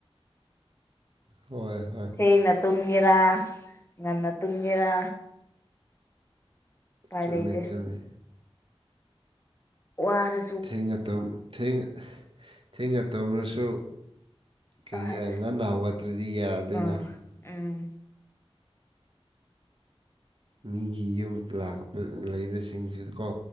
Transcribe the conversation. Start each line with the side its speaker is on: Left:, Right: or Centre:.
Right: ꯍꯣꯏ ꯍꯣꯏ
Left: ꯊꯦꯡꯅ ꯇꯨꯝꯒꯦꯔꯥ ꯉꯟꯅ ꯇꯨꯝꯒꯦꯔꯥ ꯎꯄꯥꯏ
Right: ꯆꯨꯝꯃꯤ
Left: ꯂꯩꯇꯦ
Right: ꯆꯨꯝꯃꯤ
Left: ꯋꯥꯔ
Right: ꯊꯦꯡ ꯊꯦꯡ ꯊꯦꯡꯅ ꯇꯝꯔꯁꯨ ꯀꯩ
Left: ꯍꯣꯏ
Right: ꯉꯟꯅ ꯍꯧꯒꯠꯇ꯭ꯔꯗꯤ ꯌꯥꯗꯦꯅ
Left: ꯎꯝ ꯎꯝ
Right: ꯃꯤꯒꯤ ꯌꯨꯝ ꯂꯥꯛꯄ ꯂꯩꯕꯁꯤꯡꯁꯤ ꯀꯣ